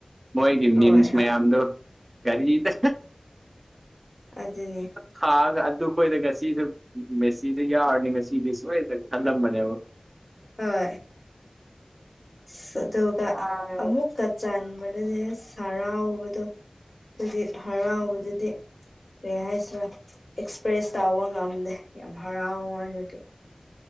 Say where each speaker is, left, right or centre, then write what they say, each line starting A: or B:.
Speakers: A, on the right; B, on the left.
A: ꯃꯣꯏꯒꯤ
B: ꯍꯣꯏ
A: ꯃꯤꯝꯁ
B: ꯍꯣꯏ
A: ꯃꯌꯥꯝꯗꯣ ꯀꯔꯤꯗ
B: ꯑꯗꯨꯅꯦ
A: ꯈꯥꯛꯑꯒ ꯑꯗꯨꯈꯣꯏꯗ ꯉꯁꯤꯖꯨ ꯃꯦꯁꯤꯁꯦ ꯌꯥꯎꯔꯗꯤ ꯉꯁꯤꯗꯤ ꯁꯣꯏꯗ꯭ꯔꯦꯅ ꯈꯜꯂꯝꯕꯅꯦꯕ
B: ꯍꯣꯏ ꯑꯁ ꯑꯗꯨꯒ
A: ꯑꯗꯨ
B: ꯑꯃꯨꯛꯀ ꯆꯟꯕꯗꯨꯗꯤ ꯑꯁ ꯍꯔꯥꯎꯕꯗꯣ ꯑꯩꯈꯣꯏꯒꯤ ꯍꯔꯥꯎꯕꯗꯨꯗꯤ ꯀꯔꯤ ꯍꯥꯏꯁꯤꯔ ꯑꯦꯛꯁꯄ꯭ꯔꯦꯁ ꯇꯧꯕ ꯉꯝꯗꯦ ꯌꯥꯝ ꯍꯔꯥꯎꯃꯟꯕꯒꯤ